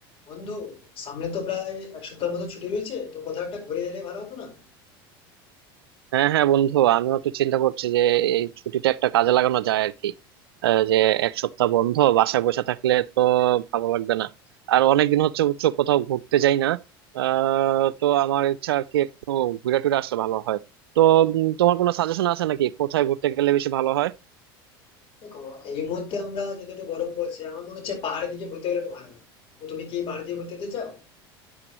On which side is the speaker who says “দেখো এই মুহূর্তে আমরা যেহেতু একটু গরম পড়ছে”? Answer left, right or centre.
Left